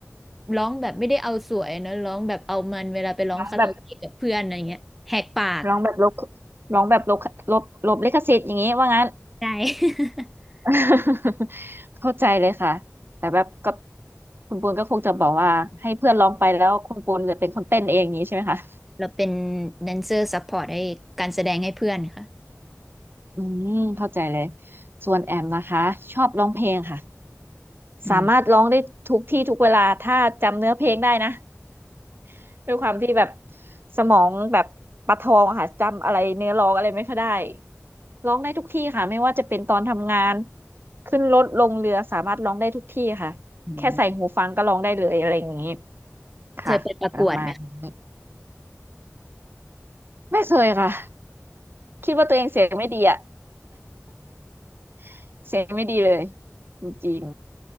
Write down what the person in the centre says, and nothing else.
ร้องแบบไม่ได้เอาสวยนะร้องแบบเอามันเวลาไปร้องคาราโอเกะกับเพื่อนอะไรเงี้ยแหกปาก
ใช่ <laughs>
เราเป็นแดนเซอร์ซัพพอร์ตให้การแสดงให้เพื่อนค่ะ
อืม
อืม
เคยไปประกวดไหมคะ